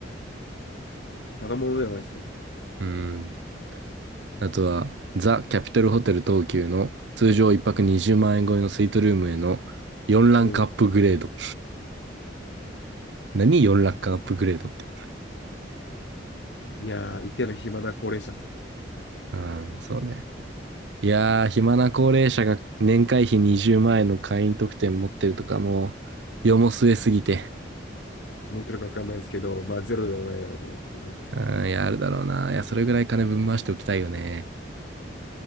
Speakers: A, on the left; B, on the right.
A: ただ物ではないですけど。
B: うん。あとは、ザ・キャピトルホテル東急の通常1泊20万円超えのスイートルームへの4ランクアップグレード。
A: うん、うん
B: 何 ?4 ランクアップグレードって。
A: いやー、一定の暇な高齢者っす。
B: うん、そうね。いやー、暇な高齢者が年会費20万円の会員特典持ってるとかもう、世も末すぎて。
A: どう思ってるかわかんないですけど、まあゼロではないよ。うん
B: うん、いや、あるだろうな。いや、それぐらい金ぶん回しておきたいよね。